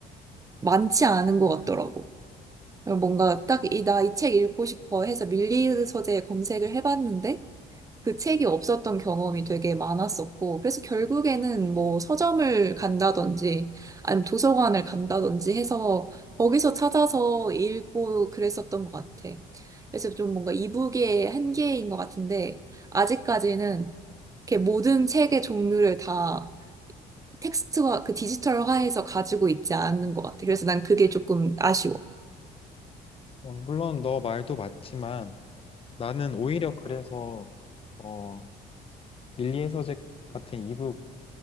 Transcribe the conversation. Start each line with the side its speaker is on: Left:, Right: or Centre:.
Right: 많지 않은 것 같더라고. 뭔가 딱 이, 나 이 책 읽고 싶어 해서 밀리의 서재 검색을 해봤는데 그 책이 없었던 경험이 되게 많았었고, 그래서 결국에는 뭐 서점을 간다든지 아니면 도서관을 간다든지 해서 거기서 찾아서 읽고 그랬었던 것 같아. 그래서 좀 뭔가 이북의 한계인 것 같은데 아직까지는 이렇게 모든 책의 종류를 다 텍스트화, 그 디지털화해서 가지고 있지 않는 것 같아. 그래서 난 그게 조금 아쉬워.
Left: 어, 물론 너 말도 맞지만 나는 오히려 그래서 어, 밀리의 서재 같은 이북